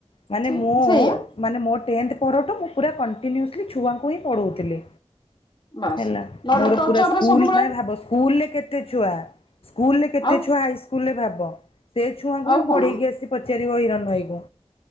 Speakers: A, on the left; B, on the left.
A: ମାନେ
B: ସେ
A: ମୁଁ
B: ସେଇଆ
A: ମାନେ ମୋ ଟେନ୍ଥ ପରଠୁ ପୁରା କଣ୍ଟିନ୍ୟୁଅସ୍ଲି ଛୁଆଙ୍କୁ ହିଁ ପଢ଼ଉଥିଲେ।
B: ବାସ୍
A: ହେଲା
B: ନହେଲେ
A: ମୋର
B: ଟଚ
A: ପୁରା
B: ଅପରେ
A: ସ୍କୁଲ
B: ସବୁବେଳେ
A: ମାନେ ଭାବ ସ୍କୁଲରେ କେତେ ଛୁଆ ସ୍କୁଲ ରେ କେତେ
B: ଆଉ
A: ଛୁଆ ହାଇସ୍କୁଲରେ ଭାବ ସେ ଛୁଆଙ୍କୁ
B: ଆଉ
A: ବି ମୁଁ
B: କଣ
A: ପଢ଼େଇକି ଆସିଛି ପଚାରିବ ହିରଣ ଭାଇଙ୍କୁ।